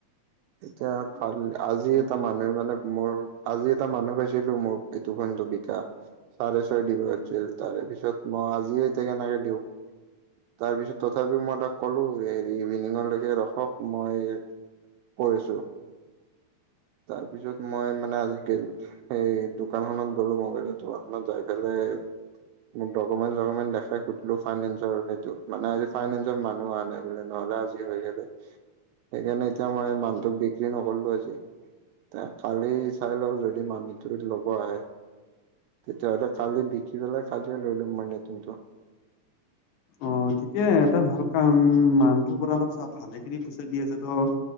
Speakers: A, on the right; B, on the left.
A: এতিয়া ভাল আজি এটা মানুহে মানে মোৰ আজি এটা মানুহ পাইছিলোঁ মোৰ। এইটো <unintelligible> বিকাশ। চাৰে ছয় দিব দিছিল তাৰেপিছত মই আজিয়ে এতিয়া কেনেকে দিওঁ! তাৰপিছত তথাপিও মই তাক ক'লো এ ইভিনিংলৈকে ৰখক মই কৈ আছোঁ। তাৰপিছত মই মানে আজি <unintelligible> সেই দোকানখননত গ'লো মোবাইলৰ দোকানখনত যায় পেলাই মোৰ ডকুমেণ্ট চকুমেণ্ট দেখাই সুধিলো, ফাইনেঞ্চৰ সেইটো মানে আজি ফাইনেঞ্চৰ মানুহ অহা নাই। নহ'লে আজি হৈ গ'লে হয়, সেইকাৰণে এতিয়া মই
B: উম,
A: মানুটোক বিক্ৰী নকৰিলো আজি। এ, কালি চাই লওঁ যদি মানুহটো ল'ব আহে তেতিয়াহ'লে কালি বিক্ৰী পেলাই, কালিয়ে লৈ ল'ম মই নতুনটো।
B: অ', ঠিকে এটা ভাল কাম মানুহটোৰ পৰা অলপ চলপ ভালেখিনি পইচা দি আছে ত'